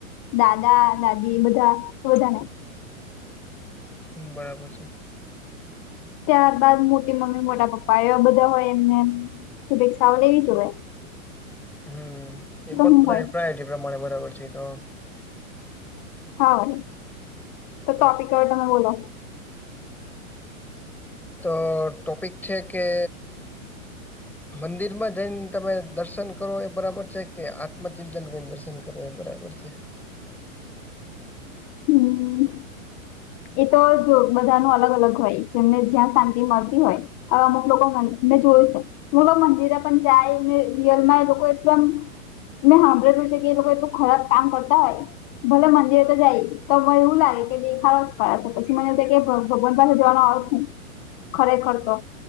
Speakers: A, on the left (about 20°); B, in the centre.
A: દાદા દાદી બધા <unintelligible>
B: હમ બરાબર છે.
A: ત્યારબાદ મોટી મમ્મી મોટા પપ્પા એવા બધા હોય એમને શુભેચ્છાઓ લેવી જોએ
B: હમ એ પોત
A: હું
B: પોતાની
A: હોય
B: પ્રાયોરીટી પ્રમાણે બરાબર છે, એ તો
A: હા તો ટોપિક
B: બરાબર
A: હવે
B: છે.
A: તમે બોલો
B: તો ટોપિક છે, કે મંદિરમાં જઈન તમે દર્શન કરો એ બરાબર છે, કે આ મ ચિતનને દર્શન કરવા એ બરાબર છે.
A: હમમ. એ તો જો બધા નુ અલગ અલગ હોય જેમને જ્યાં શાંતિ મલતી હોય અવે અમુક લોકો મેં જોયું છે. બોલો મંદિરે પણ જાયને રિયલમાં એ લોકો એકદમ મેં સાંભળેલું છે કે એ લોકો એટલું ખરાબ કામ કરતા હોય. ભલે મંદિરે તો જાય તો એવું લાગે કે દેખાડો પછી મને કે ભગવાન પાસે જોવાનો અર્થ હું, ખરેખર તો.